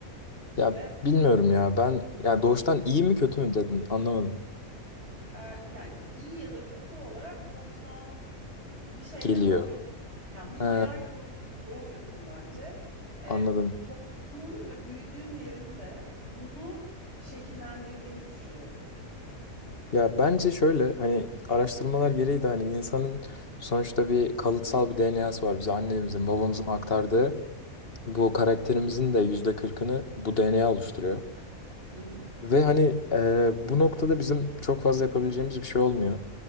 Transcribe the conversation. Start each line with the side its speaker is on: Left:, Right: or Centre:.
Left: Ya
Right: ve
Left: bilmiyorum ya ben ya doğuştan iyi mi kötü mü dedin anlamadım.
Right: e, yani iyi ya da kötü olarak doğuştan bir şeyle
Left: Geliyor.
Right: doğuyorsun. Yani bir mayayla
Left: He.
Right: doğuyorsun, doğuyorsun bence. Ee,
Left: Anladım.
Right: toplumun ve büyüdüğün yerin de bunu şekillendirdiğini düşünüyorum.
Left: Ya bence şöyle hani araştırmalar gereği de hani insanın sonuçta bir kalıtsal bir DNA'sı var. Bize annemizin babamızın aktardığı bu karakterimizin de yüzde kırkını bu DNA oluşturuyor.
Right: Hı hı,
Left: Ve hani e, bu noktada bizim çok fazla yapabileceğimiz bir şey olmuyor.